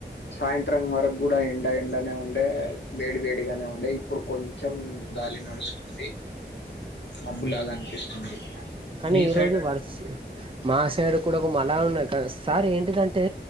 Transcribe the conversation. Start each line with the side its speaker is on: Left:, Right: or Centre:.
Left: సాయంత్రం వరక్గుడా ఎండ ఎండనే ఉండే వేడి వేడిగనే ఉండే ఇప్పుడు కొంచెం గాలి నడుస్తుంది మబ్బులగ అనిపిస్తుంది
Right: కనీ
Left: మీ
Right: ఇరోజు
Left: సైడ్ అదే
Right: వర్ష మా సైడుకుడ ఒక మలా ఉన్నక్ సార్ ఏంటిదంటే